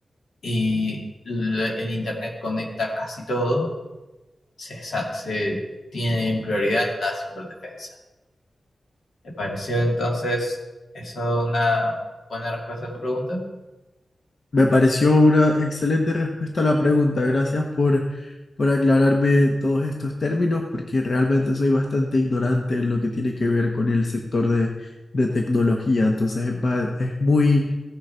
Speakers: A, on the left; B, on the left.
A: y l- el Internet conecta casi todo, se, sa- se tiene en prioridad la ciberdefensa. ¿Te pareció entonces eso una buena respuesta a tu pregunta?
B: Me pareció una excelente respuesta a la pregunta. Gracias por, por aclararme todos estos términos, porque realmente soy bastante ignorante en lo que tiene que ver con el sector de, de tecnología. Entonces es, ba- es muy